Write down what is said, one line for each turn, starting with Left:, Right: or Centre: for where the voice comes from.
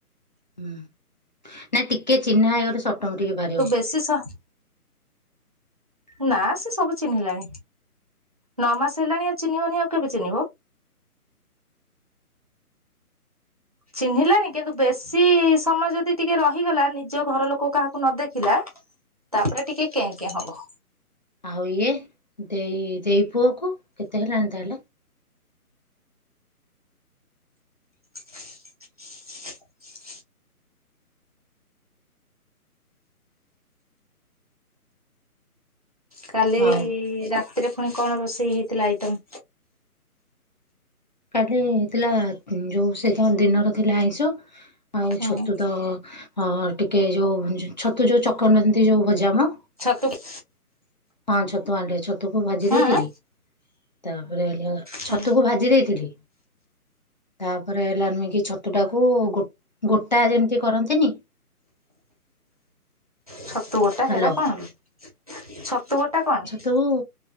Left: ହୁଁ, ନା ଟିକେ ଚିହ୍ନା ହେଇଗଲେ ସେ ଅଟୋମେଟିକ୍ ବାରିବ।
Right: ଏ ସିଏ ସ-ନା ସିଏ ସବୁ ଚିହ୍ନିଲାଣି। ନଅ ମାସ ହେଲାଣି ଆ, ଚିହ୍ନିବନି ଆଉ କେବେ ଚିହ୍ନିବ? ଚିହ୍ନିଲାଣି କିନ୍ତୁ ବେଶୀ ସମୟ ଯଦି ଟିକେ ରହିଗଲା ନିଜ ଘର ଲୋକ କାହାକୁ ନ ଦେଖିଲା। ତାପରେ ଟିକେ କେଁ କେଁ ହବ।
Left: ଆଉ ଇଏ ଦେଇ ଦେଇ ପୁଅକୁ କେତେ ହେଲାଣି ତାହେଲେ?
Right: <inaudible> କାଲି
Left: ହଉ
Right: ରାତିରେ ପୁଣି କଣ ରୋଷେଇ ହେଇଥିଲା ଆଇଟମ?
Left: କାଲି ହେଇଥିଲା ଯୋଉ ସେଇଥି ହଁ ଦିନର ଥିଲା ଆଇଁଷ। ଆଉ
Right: ହୁଁ
Left: ଛତୁ ତ ହଁ ଟିକେ ଯୋଉ ଛ'ଛତୁ ଯୋଉ ଚକଟନ୍ତି ଯୋଉ ଭଜା ମୋ।
Right: ଛତୁ କି
Left: ହଁ ଛତୁ ଆଣିଲେ ଛତୁ କୁ ଭାଜି
Right: ହଁ
Left: ଦେଇଥିଲି। ତାପରେ ହେଲା,
Right: ହଁ
Left: ଛତୁକୁ ଭାଜି ଦେଇଥିଲି। ତାପରେ ହେଲା ନୁହେଁ କି ଛ ତୁ ଟାକୁ ଗୋ-ଗୋଟା ଯେମିତି କରନ୍ତିନି?
Right: ଛତୁ ଗୋଟା
Left: ହାଲୋ
Right: ସେଟା କଣ ଲୋ? ଛତୁ ଗୋଟା କଣ?
Left: ତୁ ଉଁ,